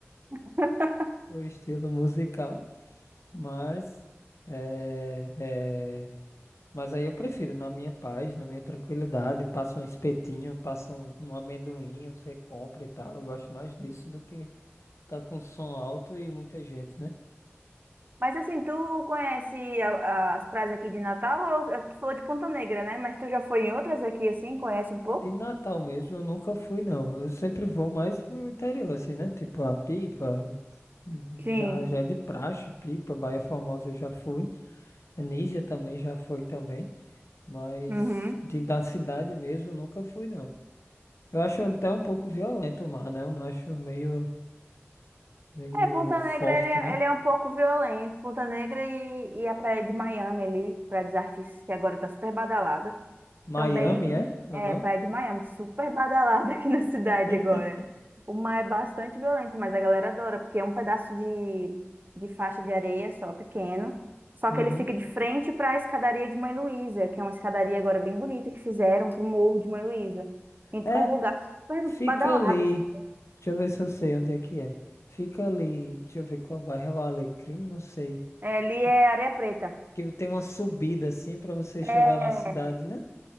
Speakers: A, on the right (about 45°); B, on the left (about 80°).
A: <laughs>
B: o estilo musical, mas é, é, mas aí eu prefiro na minha paz, na minha tranquilidade, passa um espetinho, passa um, um amendoim, você compra e tal. Eu gosto mais disso do que tá com som alto e muita gente, né?
A: Mas assim, tu conhece a- a- as praias aqui de Natal? Ou, tu falou de Ponta Negra, né? Mas tu já foi em outras aqui, assim? Conhece um pouco?
B: De Natal mesmo eu nunca fui não. Eu sempre vou mais pro interior assim, né? Tipo a Pipa,
A: Sim.
B: já já é de praxe, Pipa, Baía Formosa eu já fui. Anísia também já foi também. Mas
A: Uhum.
B: de da cidade mesmo, eu nunca fui, não. Eu acho até um pouco violento o mar, né? Eu não acho meio, meio
A: É, Ponta
B: forte,
A: Negra, ele é,
B: né?
A: ele é um pouco violento. Ponta Negra e, e a praia de Miami ali, praia dos artistas, que agora tá super badalada.
B: Miami,
A: Também
B: é? É
A: é
B: o nome?
A: Praia de Miami, super badalada aqui <laughs> na cidade
B: <laughs>
A: agora. O mar é bastante violento, mas a galera adora, porque é um pedaço de, de faixa de areia só, pequeno. Só
B: Uhum.
A: que ele fica de frente para a escadaria de Mãe Luísa, que é uma escadaria agora bem bonita que fizeram para o Morro de Mãe Luísa. Então,
B: É,
A: é um lugar super
B: fica
A: badalado.
B: ali.
A: assim.
B: Deixa eu ver se eu sei onde é que é. Fica ali, deixa eu ver qual bairro é o Alecrim, não sei.
A: É, ali
B: Que,
A: é Areia Preta.
B: que tem uma subida assim pra você
A: É,
B: chegar na cidade, né?